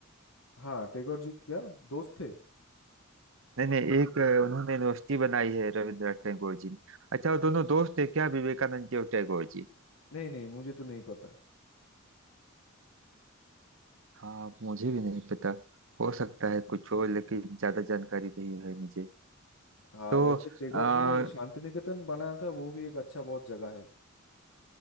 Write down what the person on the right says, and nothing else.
नहीं नहीं एक अ, उन्होंने यूनिवर्सिटी बनाई है रविंद्रनाथ टैगोर जी ने अच्छा वो दोनों दोस्त है क्या विवेकानंद जी और टैगोर जी
हाँ मुझे भी नहीं पता हो सकता है कुछ हो लेकिन ज्यादा जानकारी नहीं है मुझे
तो
आ,